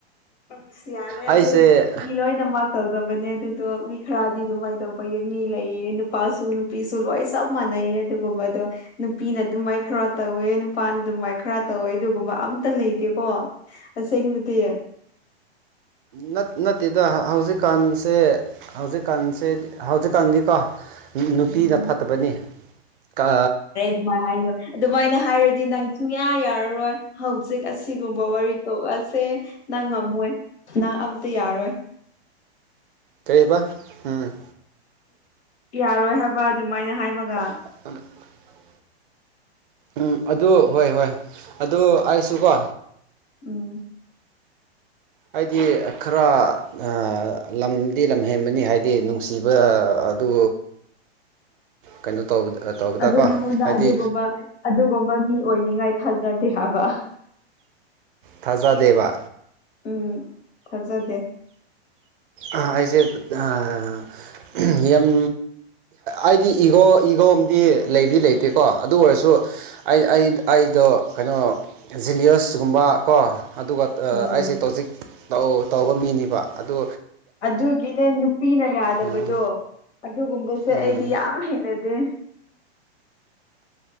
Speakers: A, on the left (about 85°); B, on the right (about 55°).
A: ꯑꯁ ꯌꯥꯔꯦ
B: ꯑꯩꯁꯦ
A: ꯑꯗꯨ ꯃꯤ ꯂꯣꯏꯅꯃꯛ ꯇꯧꯗꯕꯅꯦ ꯑꯗꯨꯗꯣ ꯃꯤ ꯈꯔꯗꯤ ꯑꯗꯨꯃꯥꯏꯅ ꯇꯧꯕ ꯃꯤ ꯂꯩꯌꯦ ꯅꯨꯄꯥꯁꯨ ꯅꯨꯄꯤꯁꯨ ꯂꯣꯏ ꯆꯞ ꯃꯥꯟꯅꯩꯌꯦ ꯑꯗꯨꯒꯨꯝꯕꯗꯣ ꯅꯨꯄꯤꯅ ꯑꯗꯨ ꯃꯥꯏ ꯈꯔ ꯇꯧꯋꯦ ꯅꯨꯄꯥꯅ ꯑꯗꯨ ꯃꯥꯏ ꯈꯔ ꯇꯧꯋꯦ ꯑꯗꯨꯒꯨꯝꯕ ꯑꯝꯇ ꯂꯩꯇꯦꯀꯣ ꯑꯁꯦꯡꯕꯗꯤ
B: ꯅꯠ ꯅꯠꯇꯦꯗ ꯍꯧꯖꯤꯛꯀꯥꯟꯁꯦ ꯍꯧꯖꯤꯛꯀꯥꯟꯁꯦ ꯍꯧꯖꯤꯛꯀꯥꯟꯗꯤꯀꯣ ꯅꯨꯄꯤꯅ
A: ꯎꯝ
B: ꯐꯠꯇꯕꯅꯤ ꯀꯥ
A: <unintelligible> ꯑꯗꯨꯃꯥꯏꯅ ꯍꯥꯏꯔꯗꯤ ꯅꯪ ꯁꯨꯡꯌꯥ ꯌꯥꯔꯔꯣꯏ ꯍꯧꯖꯤꯛ ꯑꯁꯤꯒꯨꯝꯕ ꯋꯥꯔꯤ ꯇꯣꯛꯑꯁꯦ ꯅꯪ ꯉꯝꯃꯣꯏ ꯅꯪ ꯑꯝꯇ ꯌꯥꯔꯣꯏ
B: ꯀꯩꯕꯥ ꯎꯝ
A: ꯌꯥꯔꯣꯏ ꯍꯥꯏꯕ ꯑꯗꯨꯃꯥꯏꯅ ꯍꯥꯏꯕꯒ
B: <unintelligible> ꯎꯝ ꯑꯗꯨ ꯍꯣꯏ ꯍꯣꯏ ꯑꯗꯨ ꯑꯩꯁꯨꯀꯣ
A: ꯎꯝ
B: ꯍꯥꯏꯗꯤ ꯈꯔ ꯑ ꯂꯝꯗꯤ ꯂꯝꯍꯦꯟꯕꯅꯤ ꯍꯥꯏꯗꯤ ꯅꯨꯡꯁꯤꯕ ꯗꯨ ꯀꯩꯅꯣ ꯇꯧ ꯇꯧꯕꯗꯀꯣ
A: ꯑꯗꯨ ꯅꯪꯉꯣꯟꯗ
B: ꯍꯥꯏꯗꯤ
A: ꯑꯗꯨꯒꯨꯝꯕ ꯑꯗꯨꯒꯨꯝꯕ ꯃꯤ ꯑꯣꯏꯅꯤꯉꯥꯏ ꯈꯟꯖꯗꯦ ꯍꯥꯏꯕ
B: ꯊꯥꯖꯗꯦꯕ
A: ꯎꯝ ꯊꯥꯖꯗꯦ
B: ꯑ ꯑꯩꯁꯦ ꯑꯥ ꯌꯥꯝ ꯑꯩꯗꯤ ꯏꯒꯣ ꯏꯒꯣ ꯑꯝꯗꯤ ꯂꯩꯗꯤ ꯂꯩꯇꯦꯀꯣ ꯑꯗꯨ ꯑꯣꯏꯔꯁꯨ ꯑꯩ ꯑꯩ ꯑꯩꯗꯣ ꯀꯩꯅꯣ ꯖꯤꯂꯤꯌꯁꯀꯨꯝꯕ ꯀꯣ ꯑꯗꯨꯒ
A: ꯎꯝ
B: ꯑꯩꯁꯦ ꯇꯣꯖꯤꯛ ꯇꯧ ꯇꯧꯕ ꯃꯤꯅꯤꯕ ꯑꯗꯣ
A: ꯑꯗꯨꯒꯤꯅꯦ ꯅꯨꯄꯤꯅ ꯌꯥꯗꯕꯗꯣ
B: ꯎꯝ
A: ꯑꯗꯨꯒꯨꯝꯕꯁꯦ ꯑꯩꯗꯤ
B: ꯎꯝ
A: ꯌꯥꯝ ꯍꯩꯅꯗꯦ